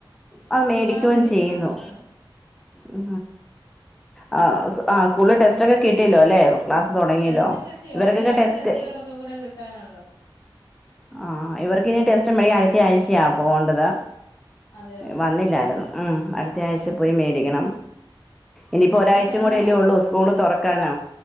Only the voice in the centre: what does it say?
അത് മേടിക്കുകയും
ചെയ്യുന്നു
ഉ ആ ആ് സ്കൂളിൽ ടെസ്റ്റ് ഒക്കെ കിട്ടില്ലോ അല്ലെ ക്ലാ തൊടങ്ങീലോ
ഇവർക്കൊക്കെ
ടെസ്റ്റ്
ആ ഇവർക്കിനി ടെസ് മെയ് അടുത്തയാഴ്ചയ പോവണ്ടത്
വന്നില്ലായിരുന്നു അടുത്തയാഴ്ച
പോയി മേടിക്കണം ഇനിപ്പോ
ഒരാഴ്ചയും കൂടി അല്ലേ
ഒള്ളൂ സ്കൂള് തൊറക്കാന്